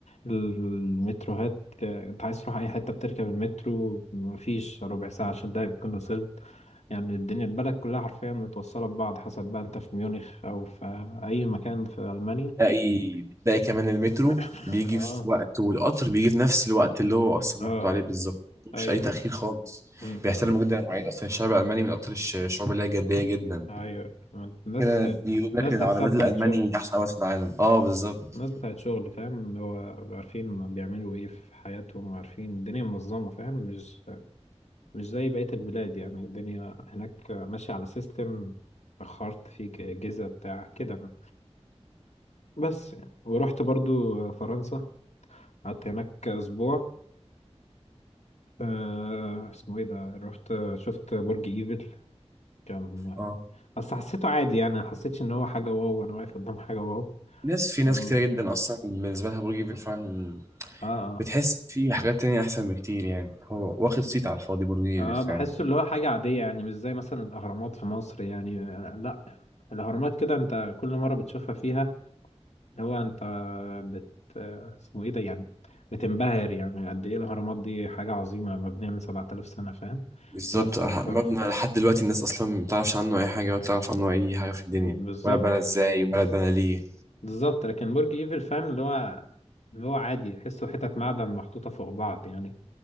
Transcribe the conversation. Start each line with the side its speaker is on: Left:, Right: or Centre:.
Left: ال- المتروهات آه، انت عايز تروح اي حتة بتركب المترو مفيش ربع ساعة عشان ده بتكون وصلت يعني الدنيا البلد كلها حرفيا متوصلة ببعض حسب بقى انت في ميونخ او في اي مكان في المانيا
Right: بتلاقي بتلاقي كمان المترو
Left: <coughs>
Right: بيجي
Left: اه
Right: في وقت والقطر بيجي في نفس الوقت اللي هو اصلا
Left: اه
Right: محطوط عليه بالظبط مش
Left: ايوه
Right: اي تاخير
Left: ايوه
Right: خالص
Left: م-
Right: بيحترموا
Left: م.
Right: جدا المواعيد اصلا الشعب الالماني من اكتر الش- الشعوب اللي هي جديه جدا
Left: ايوه ايوه. الناس
Right: كده بيقول لك
Left: الناس
Right: العربيات
Left: تحسها بتاعت
Right: الالماني
Left: شغل
Right: احسن عربيات في العالم اه بالظبط
Left: الناس بتاعت شغل فاهم اللي هو عارفين بيعملوا ايه في حياتهم وعارفين الدنيا منظمة فاهم مش مش زي بقية البلاد يعني الدنيا هناك ماشية على سيستم اخرت في ج- جيزة بتاع كده ما. بس يعني ورحت برضو فرنسا قعدت هناك اسبوع أه اسمه ايه ده رحت شفت برج ايفل كان
Right: اه
Left: بس حسيته عادي يعني ما حسيتش ان هو حاجة واو انا واقف قدام حاجة واو
Right: ناس في ناس
Left: آه.
Right: كتيره جدا اصلا بالنسبه لها برج ايفل فعلا
Left: اه اه
Right: بتحس في حاجات تانية احسن بكتير يعني هو واخد صيت على الفاضي برج ايفل
Left: اه
Right: فعلا
Left: بحسه اللي هو حاجة عادية يعني مش زي مثلا الأهرامات في مصر يعني آه، لا الأهرامات كده انت كل مرة بتشوفها فيها اللي هو انت بت آه، اسمه ايه ده يعني بتنبهر يعني قد ايه الأهرامات دي حاجة عظيمة مبنية من 7000 سنة فاهم
Right: بالظبط
Left: بس
Right: اه،
Left: ف...
Right: مبنى
Left: ف-
Right: لحد دلوقتي الناس اصلا ما تعرفش عنه اي حاجه ولا تعرف عنه اي حاجه في الدنيا
Left: بالظبط
Right: ولا اتبنى ازاي ولا اتبنى ليه
Left: بالظبط لكن برج ايفل فاهم اللي هو اللي هو عادي تحسه حتت معدن محطوطة فوق بعض يعني